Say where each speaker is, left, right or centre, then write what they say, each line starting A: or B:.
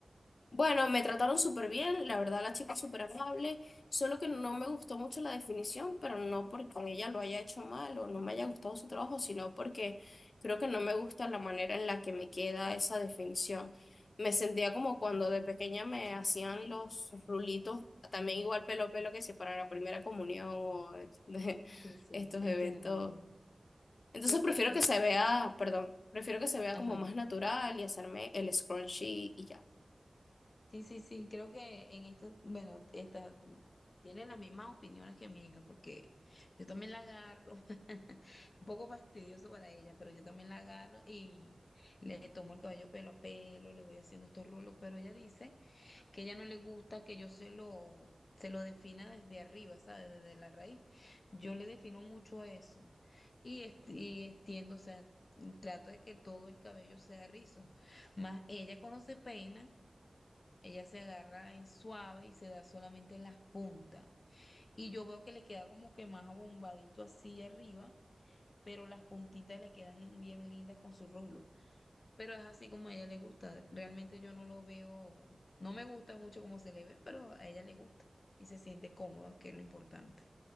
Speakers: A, on the left (about 80°); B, on the left (about 60°).
A: Bueno, me trataron súper bien, la verdad la chica es súper amable, solo que no me gustó mucho la definición, pero no porque ella lo haya hecho mal o no me haya gustado su trabajo, sino porque creo que no me gusta la manera en la que me queda esa definición. Me sentía como cuando de pequeña me hacían los rulitos, también igual pelo a pelo que si para la primera comunión o de
B: Sí,
A: <laughs>
B: sí, sí,
A: estos
B: entiendo,
A: eventos.
B: entiendo.
A: Entonces
B: Creo
A: prefiero
B: que,
A: que se vea, perdón, prefiero que se vea
B: ajá.
A: como más natural y hacerme el scrunchie y ya.
B: Sí, sí, sí, creo que en esto, bueno, esta, tiene las mismas opiniones que mi hija, porque yo también la agarro, <laughs> un poco fastidioso para ella, pero yo también la agarro y le tomo el cabello pelo a pelo, le voy haciendo estos rulos, pero ella dice que ella no le gusta que yo se lo, se lo defina desde arriba, ¿sabes? Desde la raíz. Yo le defino mucho eso y, est- y extiendo, o sea, trato de que todo el cabello sea rizo, más ella cuando se peina. Ella se agarra es suave y se da solamente en las puntas. Y yo veo que le queda como que más abombadito así arriba, pero las puntitas le quedan en- bien lindas con su rulo. Pero es así como a ella le gusta. Realmente yo no lo veo, no me gusta mucho cómo se le ve, pero a ella le gusta y se siente cómoda, que es lo importante.